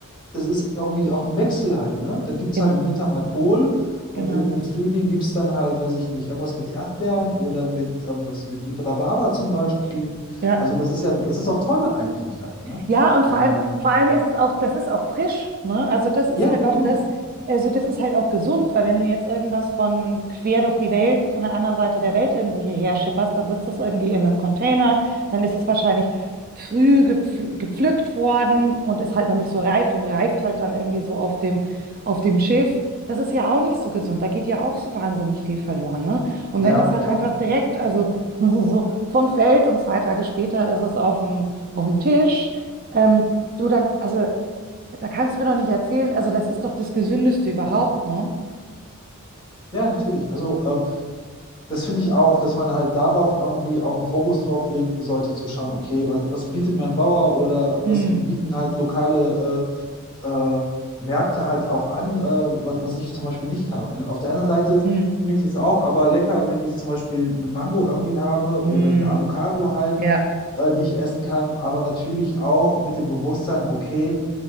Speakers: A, on the left; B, on the right.
A: es ist irgendwie auch ein Wechsel halt. Ne? Dann gibt
B: Genau,
A: es halt im Winter mal Kohl und
B: genau.
A: im, im Frühling gibt es dann halt, weiß ich nicht, irgendwas mit Erdbeeren oder mit irgendwas mit, mit Rhabarber zum Beispiel.
B: Ja,
A: Also das ist ja, das ist auch toll eigentlich halt. Ne?
B: Ja, und
A: Daher,
B: vor allem, vor allem ist es auch, das ist auch frisch, ne? Also das ist
A: ja,
B: halt auch
A: genau.
B: das, also das ist halt auch gesund, weil wenn du jetzt irgendwas von quer durch die Welt, von der anderen Seite der Welt irgendwo hierher schipperst, dann sitzt das irgendwie in einem Container, dann ist es wahrscheinlich früh gepfl gepflückt worden und ist halt noch nicht so reift und reift halt dann irgendwie so auf dem, auf dem Schiff. Das ist ja auch nicht so gesund, da geht ja auch so wahnsinnig viel verloren, ne? Und
A: Ja,
B: wenn das halt
A: klar.
B: einfach direkt, also <laughs> so vom Feld und zwei Tage später ist es auf dem, auf dem Tisch, ähm, du, da, also, da kannst du mir doch nicht erzählen, also das ist doch das Gesündeste überhaupt, ne?
A: Ja, natürlich. Also ähm, das finde ich auch, dass man halt darauf irgendwie auch einen Fokus drauf legen sollte, zu schauen, okay, was, was bietet mein Bauer oder
B: Mm,
A: was bieten halt lokale äh, äh, Märkte halt auch an, äh, was, was ich zum Beispiel nicht habe. Ne? Auf der anderen Seite
B: mm,
A: finde ich es auch aber lecker, wenn ich zum Beispiel eine Mango irgendwie habe
B: mm.
A: oder eine Avocado halt,
B: Ja,
A: äh, die ich essen kann, aber natürlich auch mit dem Bewusstsein, okay,